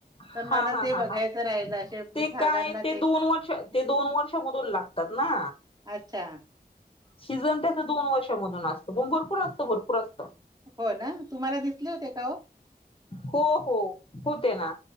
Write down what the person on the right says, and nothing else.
तर मला
ते
बघायचं
राहिलं असे
झाडांना
अच्छा!
हो ना, तुम्हाला दिसले होते का हो?